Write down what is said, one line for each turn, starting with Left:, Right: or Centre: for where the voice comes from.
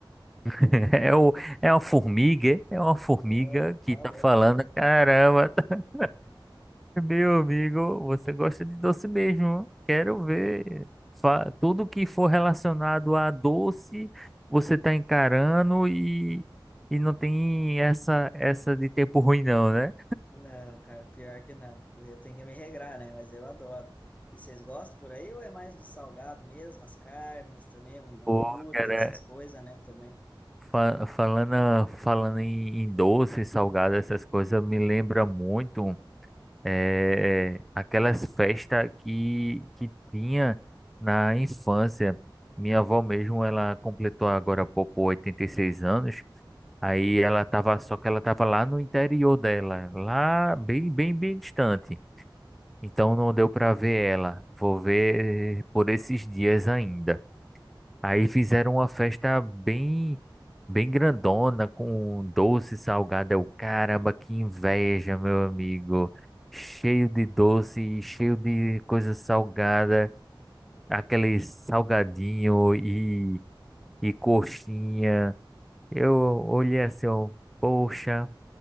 Centre: <laughs> É, o, é uma formiga, é uma formiga
Left: Ah,
Centre: que
Left: tá
Centre: tá
Left: louco.
Centre: falando, caramba, <laughs> meu amigo, você gosta de doce mesmo, quero
Left: É.
Centre: ver. Fa- Tudo que for relacionado a doce, você tá encarando e, e não tem essa essa de tempo ruim não, né?
Left: Não, cara, pior que não. Eu tenho que me regrar, né? Mas eu adoro. E vocês gostam por aí ou é mais do salgado mesmo? As carnes também, um
Centre: Pô,
Left: hambúrguer,
Centre: cara,
Left: essas coisas, né? Também.
Centre: fa- falando, falando em, em doce, salgado, essas coisas, me lembra muito. é, é, aquelas festas que, que tinha na infância. Minha avó mesmo, ela completou agora há pouco 86 anos. Aí ela tava, só que ela tava lá no interior dela, lá bem, bem, bem distante. Então não deu para ver ela. Vou ver por esses dias ainda. Aí fizeram uma festa bem, bem grandona, com doce salgado. Eu, caramba, que inveja, meu amigo. Cheio de doce, cheio de
Left: <laughs>
Centre: coisa salgada, aquele salgadinho e, e coxinha. Eu olhei assim, eu, poxa,